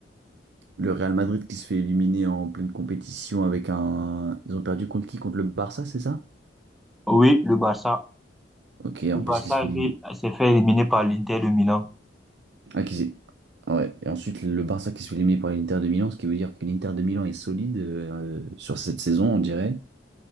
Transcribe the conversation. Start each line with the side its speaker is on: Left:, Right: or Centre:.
Right: le Real Madrid qui se fait éliminer en pleine compétition avec un. Ils ont perdu contre qui? Contre le Barça, c'est ça?
Centre: Oui, le Barça
Right: Ok, en
Centre: Le Barça
Right: plus, qui se
Centre: a
Right: fait
Centre: été-
Right: éliminer.
Centre: s'est fait éliminer par l'Inter de Milan.
Right: Ah, qui s'est- Ah Ouais. Et ensuite, le Barça qui se fait éliminer par l'Inter de Milan, ce qui veut dire que l'Inter de Milan est solide euh, sur cette saison, on dirait.